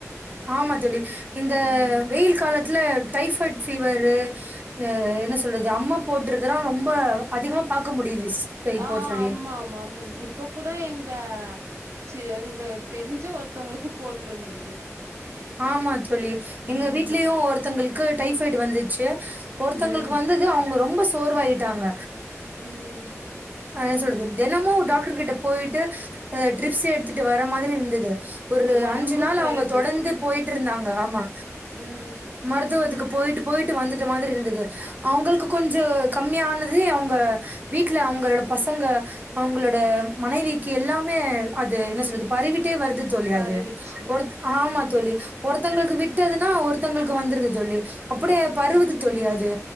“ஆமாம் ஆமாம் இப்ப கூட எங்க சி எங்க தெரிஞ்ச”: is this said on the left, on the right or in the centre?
Right